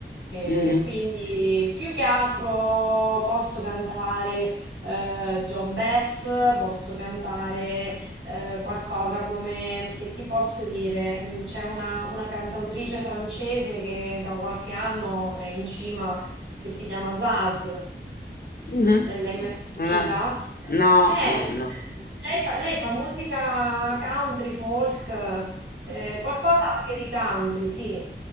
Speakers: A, on the right; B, on the left.
A: E
B: Mhm.
A: quindi più che altro posso cantare eh, John Betts, posso cantare eh, qualcosa come, che ti posso dire, Mm, c'è una, una cantautrice francese che da qualche anno è in cima, che si chiama Zaz,
B: Mhm.
A: L- l'hai mai sentita?
B: Allora, No,
A: Eh,
B: no, no.
A: lei fa, lei fa musica country, folk, eh, qualcosa anche di country, sì,